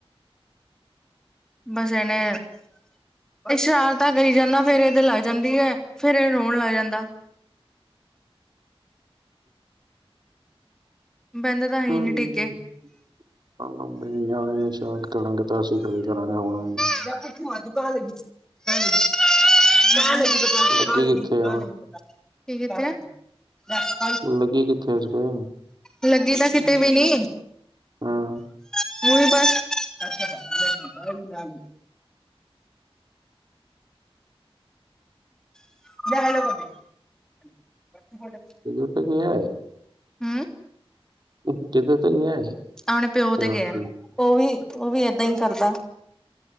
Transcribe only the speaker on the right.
<unintelligible>
<unintelligible> ਨਿਆਣੇ ਨ ਸ਼ ਕਰਾਂਗੇ ਤਾਂ ਅਸੀਂ ਖੜੀ ਕਰਾਂਗੇ ਹੁਣ <unintelligible>
ਲੱਗੀ ਕਿੱਥੇ ਆ
ਲੱਗੀ ਕਿੱਥੇ ਇਸ ਦੇ?
ਹਾਂ।
<unintelligible>
<unintelligible>
ਰਾਤ
ਨੂੰ